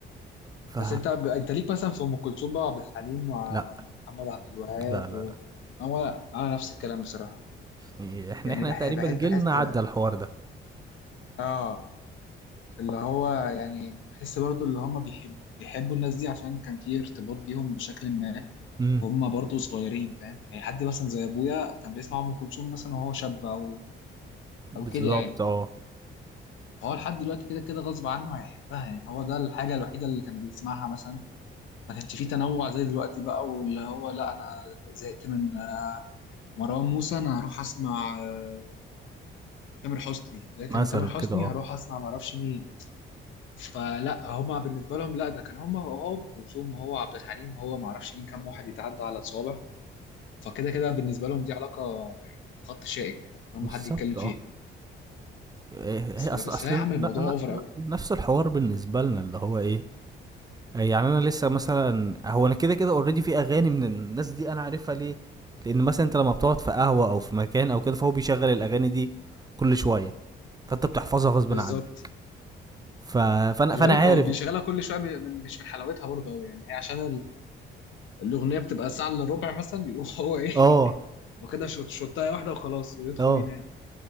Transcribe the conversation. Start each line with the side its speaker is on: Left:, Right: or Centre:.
Right: ف
Left: بس انت ب... انت ليك مثلا في ام كلثوم بقى وعبد الحليم ومحمد
Right: لا
Left: عبد الوهاب
Right: لا لا
Left: و...
Right: لا
Left: هو انا نفس الكلام بصراحه
Right: يعني احنا
Left: يعني
Right: احنا
Left: بحب
Right: تقريبا
Left: بحب
Right: جيلنا
Left: بحس
Right: عدى الحوار ده
Left: اه اللي هو يعني بحس برضو اللي هم بيحب بيحبوا الناس دي عشان كان في ارتباط بيهم بشكل ما
Right: امم
Left: وهم برضو صغيرين فاهم يعني حد مثلا زي ابويا كان بيسمع ام كلثوم مثلا وهو شاب او
Right: بالظبط
Left: او كده يعني
Right: اه
Left: هو لحد دلوقتي كده كده غصب عنه هيحبها يعني هو ده الحاجه الوحيده اللي كان بيسمعها مثلا ما كانش فيه تنوع زي دلوقتي بقى واللي هو لا انا زهقت من آه، مروان موسى انا هروح اسمع آه، تامر حسني زهقت
Right: مثلا
Left: من تامر حسني
Right: كده اه
Left: هروح اسمع ما اعرفش مين فلا هما بالنسبه لهم لا ده كان هما هو ام كلثوم وهو عبد الحليم وهو ما اعرفش مين كام واحد يتعدى على الصوابع فكده كده بالنسبه لهم دي علاقه يعني خط شائك هم
Right: بالظبط
Left: حد يتكلم فيه
Right: اه إيه-
Left: بس
Right: هي
Left: بس
Right: اصل اصل
Left: لا يا
Right: ن-
Left: عم الموضوع
Right: ن-
Left: اوفر
Right: ن-
Left: قوي
Right: نفس الحوار بالنسبه لنا اللي هو ايه آه، يعني انا لسه مثلا هو انا كده كده اوريدي في اغاني من الناس دي انا عارفها ليه لان مثلا انت لما بتقعد في قهوه او في مكان او كده فهو بيشغل الاغاني دي كل شويه فانت بتحفظها غصب
Left: بالظبط
Right: عنك ف... فانا
Left: خلي
Right: فانا
Left: بالك
Right: عارف
Left: هو بيشغلها كل شويه من من- مش من حلاوتها برضه قوي يعني هي عشان الاغنيه بتبقى ساعه الا ربع مثلا يقوم هو ايه <laughs>
Right: اه
Left: واخدها شوت شوتايه واحده وخلاص
Right: <laughs>
Left: ويدخل
Right: اه
Left: ينام